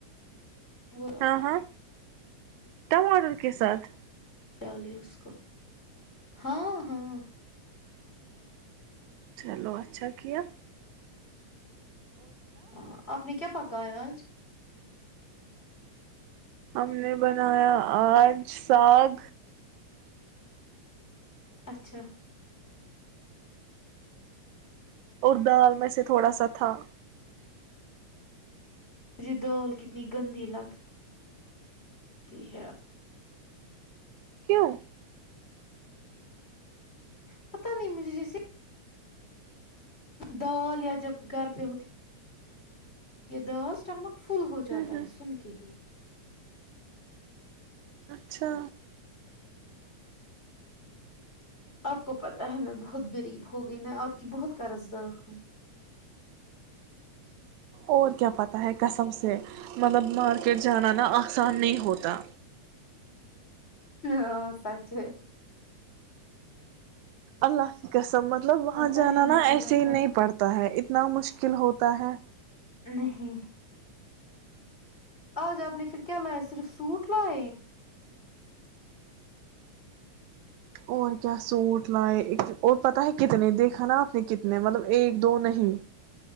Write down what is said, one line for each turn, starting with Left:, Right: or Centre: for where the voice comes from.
Left: وہ
Right: ہاں ہاں ٹماٹر کے ساتھ
Left: ڈالے اس کو ہاں ہاں
Right: چلو اچھا کیا ہے
Left: ہاں اپپ نے کیا پا <unintelligible> گیاج <unintelligible>
Right: ہم نے بنایا آج ساگ
Left: اچھا
Right: اور دال میں سے تھوڑا سا تھاا
Left: م دال کتنی گندی لگ تی ہے <unintelligible>
Right: کیوں
Left: پتا نہیں مجھے جیسے دال یا جب گھر پہ ہوتی یہ داس ٹرمک <unintelligible> فل ہو جاتا
Right: ہ ہ
Left: ہے سن کے ہی
Right: اچھا
Left: آپ کو پتہ ہے میں بہت غریب ہو گئی میں آپ کی بہت قرض دار ہوں
Right: اور کیا پت ہے کسم سے مطلب مارکیٹ جانا نا آسان نہیں ہوتا
Left: ہاں سچ ہے
Right: اللہ ح قس سب مطلب وہاں
Left: پتا
Right: جانا
Left: ہے مجھے
Right: نا ایسے
Left: مطلب
Right: ہی نہیں پڑتا ہے کتنا مشکل ہوتا ہے
Left: نہیں آج آپ نے پھر کیا لاائے صرف سوٹ لائے
Right: اور کیا سوٹ لائے اور پتا ہے کتنے دیکھا نا آپ نے کتنے مطلب ایک دو نہیں